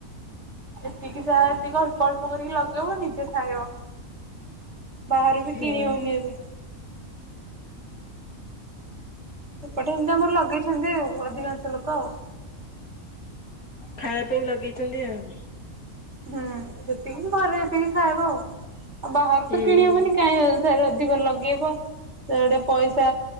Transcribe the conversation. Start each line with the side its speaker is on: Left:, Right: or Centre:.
Right: ଏତିକି ଯାହା ଏତିକି ଅଳ୍ପ ଅଳ୍ପ କରିକି ଲଗେଇବ ନିଜେ ଖାଇବ। ବାହରୁ ବି
Left: ହଁ।
Right: କିଣି ହଉନି ଏବେ ଏପଟେ ଏମିତି ଆମର ଲଗେଇଛନ୍ତି ଆଉ ଅଧିକାଂଶ ଲୋକ ଆଉ
Left: ଖାଇବା ପାଇଁ ଲଗେଇଚନ୍ତି ଆଉ
Right: ହୁଁ ଯେତିକି ଘରେ ଯେତିକି ଖାଇବ ଆଉ ଆଉ ବାହାରୁ
Left: ହୁଁ।
Right: ତ କିଣି ହବନି କାହିଁ ଆ ଫେରେ ଅଧିକ ଲଗେଇବ ସେଆଡେ ପଇସା